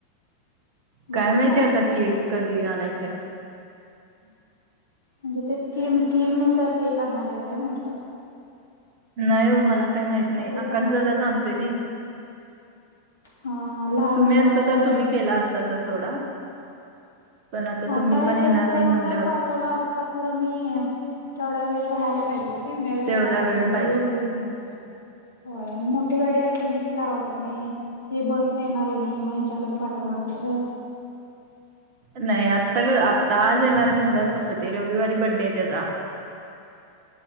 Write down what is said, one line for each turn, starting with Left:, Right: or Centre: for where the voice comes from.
Right: काय
Left: बड्डेला
Right: माहितीय आता की एक कधी आणायचंय.
Left: म्हणजे ते थीम थीम नुसार के करणार आहे काय म्हटलं?
Right: नाही हो मला काही माहित नाही
Left: त्याच्यामध्ये
Right: आकाश जादा जाणतोय नाही.
Left: हा हा लहान
Right: तुम्ही
Left: मुलांचं
Right: असता तर तुम्ही केला असता सर सोडा पण आता
Left: हा
Right: तुम्ही
Left: का एककड
Right: पण येणार
Left: करून
Right: नाही म्हणल्यावर
Left: पण पाठवला असता खरं मी तेवड्या वेळ राहायला पाहिजे. ते मेळतो
Right: तेवढा
Left: ना नाहीतर
Right: वेळ
Left: मग
Right: पाहिजे
Left: येऊन घेऊन जालत. होय आणि मोठी गाडी असली म्हणजे काय वाटत नाही हे बस नाही येणार आहे नाही मग हच्याकडनं पा णार कसं?
Right: नाही आत्ता आता आज आहे मॅरेज म्हटल्यावर कसं ते रविवारी बड्डे आहे त्याचा